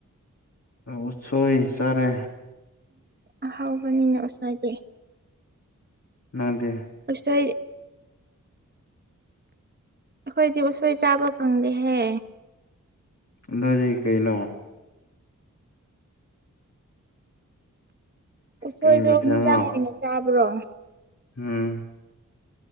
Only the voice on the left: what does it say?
ꯎꯠꯁꯣꯏ ꯆꯔꯦ
ꯅꯪꯗꯦ
ꯑꯗꯨꯗꯤ ꯀꯩꯅꯣ
ꯀꯩ ꯃꯊꯦꯜꯅꯣ
ꯎꯝ